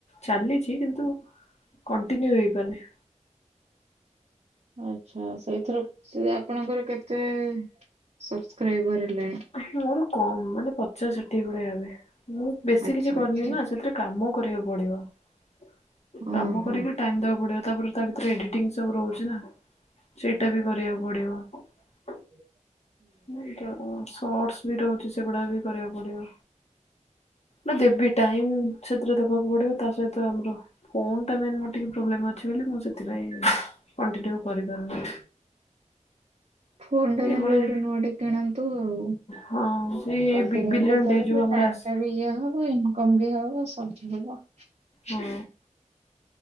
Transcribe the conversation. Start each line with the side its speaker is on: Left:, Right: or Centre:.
Left: ଚାଲିଛି କିନ୍ତୁ କଣ୍ଟିନ୍ୟୁ ହେଇପାରିନି।
Right: ଆଚ୍ଛା ସେଇଥିରୁ ସେ ଆପଣଙ୍କର କେତେ ସବସ୍କ୍ରାଇବର ହେଲାଣି?
Left: ମୋର କମ୍ ମାନେ ପଚାଶ ଷାଠିଏ ଭଲିଆ ହେବେ ମୁଁ ବେଶୀ
Right: ଆଚ୍ଛା
Left: କିଛି କରିନି
Right: ଆଚ୍ଛା
Left: ନା ସେଥିରେ କାମ କାମ କରିବାକୁ ପଡ଼ିବ
Right: ଓହୋ
Left: କାମ କରିଛି ଟାଇମ୍ ଦବାକୁ ପଡିବ ତାପରେ ତା ଭିତରେ ଏଡ଼ିଟିଙ୍ଗ୍ ସବୁ ରହୁଛି ନା ସେଇଟା ବି କରିବାକୁ ପଡ଼ିବ।
Right: ହୁଁ।
Left: ଶର୍ଟସ ବି ରହୁଛି ସେଗୁଡା ବି କରିବାକୁ ପଡ଼ିବ। ନା ଦେବି। ଟାଇମ୍ ସେଥିରେ ଦେବାକୁ ପଡ଼ିବ ତା ସହିତ ଆମର ଫୋନ୍ ଟା ମେନ୍ ମୋର ଟିକେ ପ୍ରୋବ୍ଲେମ୍ ଅଛି ବୋଲି ସେଥିପାଇଁ କଣ୍ଟିନ୍ୟୁ କରିପାରୁନି।
Right: ଫୋନ ଟା
Left: ଏଇଭଳି
Right: ନହେଲେ ଗୋଟେ ନୂଆ ଟେ କିଣନ୍ତୁ ଆଉ
Left: ହଁ ସେଇ
Right: କଣ୍ଟିନ୍ୟୁ
Left: ବିଗ୍ ବିଲିୟନ
Right: ବି କରିବେ
Left: ଡେ ଯୋଉ ଆମର
Right: ଟାଇମ୍
Left: ଆସ
Right: ଟା ବି ଇଏ ହବ ଇନକମ୍ ହବ ସବୁ ହବ।
Left: ହଁ।